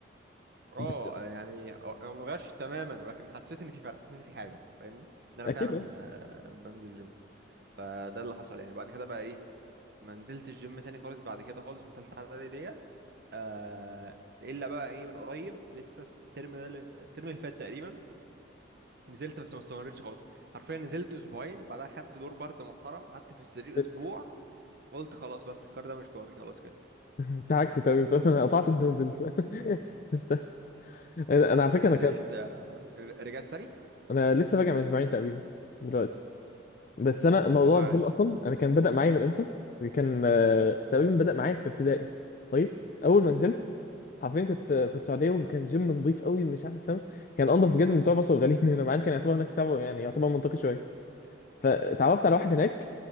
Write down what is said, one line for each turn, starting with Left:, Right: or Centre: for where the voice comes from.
Right: اه
Left: بس
Right: يعني آه، انا ما غيرش تماما ولكن حسيت ان في فرق حسيت ان في حاجه فاهمني ان انا
Left: اكيد
Right: فعلا
Left: اه
Right: آه، بنزل جيم فده اللي حصل يعني بعد كده بقى ايه ما نزلت الجيم تاني خالص بعد كده خالص من تالتة اعدادي ديت آه الا بقى ايه من قريب لسه الترم ده اللي- الترم اللي فات تقريبا نزلت بس ما استمرتش خالص حرفيا نزلت اسبوعين بعدها خدت دور برد محترم قعدت في السرير
Left: <laughs>
Right: اسبوع قلت خلاص بس الكار ده مش كاري خلاص كده
Left: انت عكسي تمام فاهم؟ <laughs> انا قطعت انت نزلت <laughs> است- انا أنا على فكره
Right: انت نزلت
Left: انا كده
Right: آه، رجعت تاني
Left: انا لسه راجع من اسبوعين تقريبا دلوقتي بس انا موضوع
Right: والله
Left: الجيم
Right: عاش
Left: اصلا انا كان بدأ معايا من امتى كان آه، تقريبا بدأ معايا في ابتدائي طيب اول ما نزلت حرفيا كنت آه، في السعوديه وكان جيم نظيف قوي مش عارف فاهم كان انضف بجد من بتوع مصر الغاليين <laughs> هنا مع إن كان يعتبر هناك سبعه يعني يعتبر منطقي شويه فتعرفت على واحد هناك